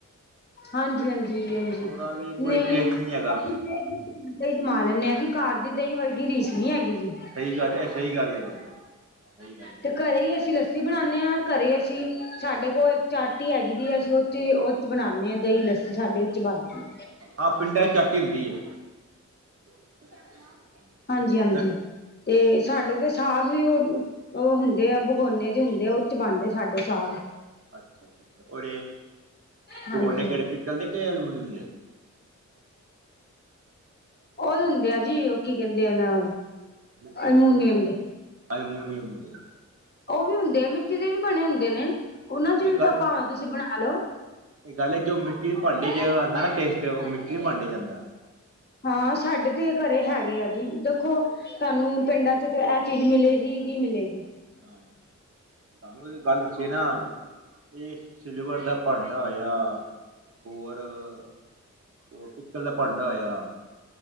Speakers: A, on the left (about 35°); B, on the right (about 50°).
A: ਹਾਂਜੀ ਹਾਂਜੀ ਹਾਂਜੀ
B: ਉਹਦਾ ਵੀ ਕੋਈ
A: ਨਹੀਂ
B: ਟੇਸਟ ਹੈਗਾ
A: ਅ ਦਹੀਂ ਜਮਾ ਲੈਂਦੇ ਆਂ ਜੀ, ਘਰ ਦੀ ਦਹੀਂ ਵਰਗੀ ਰੀਸ ਨੀ ਹੈਗੀ ਜੀ।
B: ਸਹੀ ਗੱਲ ਹੈ, ਇਹ ਸਹੀ ਗੱਲ ਹੈ ਸਹੀ ਗੱਲ ਹੈ
A: ਤੇ ਘਰੇ ਹੀ ਅਸੀਂ ਲੱਸੀ ਅਸੀਂ ਬਣਾਉਂਦੇ ਹਾਂ, ਘਰੇ ਅਸੀਂ, ਸਾਡੇ ਕੋਲ ਇੱਕ ਚਾਟੀ ਹੈਗੀ ਦੀ ਐ, ਅਸੀਂ ਔਥੇ ਹੀ ਔ ਅਸੀ ਬਣਾਉਂਦੇ ਹਾਂ ਦਹੀਂ ਲੱਸੀ, ਸਾਡੇ ਉਹ ਬਣਦੀ ਹੈ।
B: ਆਹ ਪਿੰਡਾਂ ' ਚੱਟ ਹੀ ਹੁੰਦੀ ਹੈ <unintelligible>
A: ਹਾਂਜੀ
B: ਪਿੰਡਾਂ
A: ਹਾਂਜੀ, ਤੇ ਸਾਡੇ ਤੇ ਸਾਗ ਵੀ ਉਹ ਉਹ ਹੁੰਦੇ ਆ, ਬਗੋਨੇ ਜੇ ਹੁੰਦੇ ਆ, ਉਹ ਚ ਬਣਦੇ ਸਾਡੇ ਸਾਗ
B: ਅੱਛਾ ਅੱਛ ਔ
A: ਹਾਂਜੀ
B: ਕਿਹੜੇ, ਪਿੱਤਲ ਦੇ ਕੇ ਐਲਮੋਨੀਅਮ ਦੇ
A: ਉਹ ਹੁੰਦੇ ਆ ਜੀ, ਉਹ ਕੀ ਕਹਿੰਦੇ ਨਾ
B: ਮਿੱਟੀ
A: ਅਲਮੂਨੀਅਮ
B: ਦੇ,
A: ਦੇ
B: ਅਲਮੋਨੀਅਮ ਦੇ
A: ਉਹ ਵੀ ਹੁੰਦੇ ਆ, ਮਿੱਟੀ ਦੇ ਵੀ ਬਣੇ ਹੁੰਦੇ ਨੇ, ਉਹਨਾਂ
B: ਹਾਂ
A: ਚ
B: ਇਹ
A: ਵੀ
B: ਗੱਲ
A: ਤਾਂ ਭਾਵੇਂ ਤੁਸੀਂ ਬਣਾ ਲਓ
B: ਇਹ ਗੱਲ ਹੈ ਜੋ ਮਿੱਟੀ ਦੇ ਭਾਂਡੇ ਆਉਂਦਾ ਨਾ ਟੇਸਟ, ਤੇ ਉਹ ਮਿੱਟੀ ਦੇ ਭਾਂਡੇ ਚ ਆਂਦਾ
A: ਹਾਂ, ਸਾਡੇ ਤੇ ਘਰੇ ਹੈਗੇ ਆ ਜੀ, ਦੇਖੋ ਤੁਹਾਨੂੰ ਪਿੰਡਾਂ ਚ ਤਾਂ ਇਹ ਚੀਜ਼ ਮਿਲੇਗੀ, ਹੀ ਮਿਲੇਗੀ
B: ਹਾਂਜੀ, ਤੁਹਾਨੂੰ ਇਹ ਗੱਲ ਦਸੀ ਨਾ ਇਹ ਸਿਲਵਰ ਦਾ ਭਾਂਡਾ ਹੋਇਆ, ਹੋਰ ਉਹ ਪਿੱਲ ਦਾ ਭਾਂਡਾ ਹੋਯਾ